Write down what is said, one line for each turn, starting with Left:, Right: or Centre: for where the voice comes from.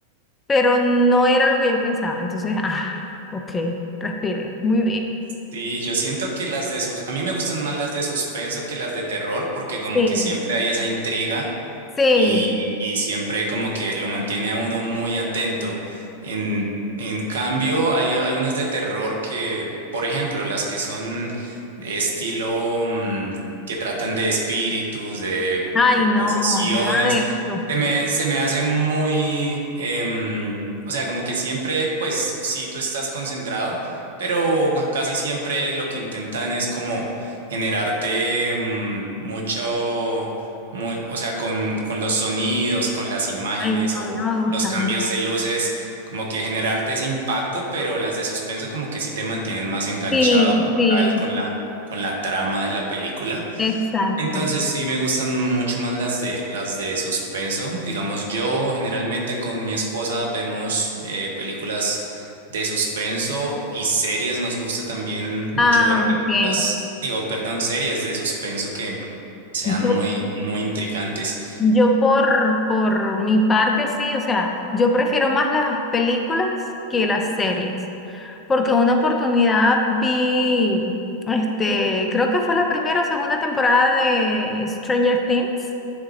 Left: pero no era lo que yo pensaba. Entonces, ah, ok, respiré, muy bien.
Right: Y yo siento que las de sus, a mí me gustan más las de suspenso que las de terror, porque como
Left: Sí,
Right: que siempre hay esa intriga
Left: sí.
Right: y, y siempre como que lo mantiene a uno muy atento. En, en cambio, hay, hay unas de terror que, por ejemplo, las que son estilo mm, que tratan de espíritus, de,
Left: Ay,
Right: de
Left: no,
Right: posesiones,
Left: nada de eso.
Right: se me, se me hace muy, em, o sea, como que siempre, pues sí, tú estás concentrado. Pero casi siempre lo que intentan es como generarte mm, mucho, muy, o sea, con, con los sonidos, con las imágenes
Left: Ay, no,
Right: o
Left: no me gusta.
Right: los cambios de luces, como que generarte ese impacto, pero las de suspenso como que sí te mantienen más enganchado
Left: Sí,
Right: como
Left: sí,
Right: tal con la, con la trama de la película.
Left: exacto.
Right: Entonces sí me gustan mucho más las de las de suspenso. Digamos, yo generalmente con mi esposa vemos eh, películas de suspenso y series. Nos gusta también mucho
Left: Ah,
Right: ver películas,
Left: ok.
Right: digo, perdón, series de suspenso que sean
Left: Yo,
Right: muy, muy intrigantes.
Left: yo por, por mi parte así, o sea, yo prefiero más las películas que las series, porque una oportunidad vi, este, creo que fue la primera o segunda temporada de Stranger Things,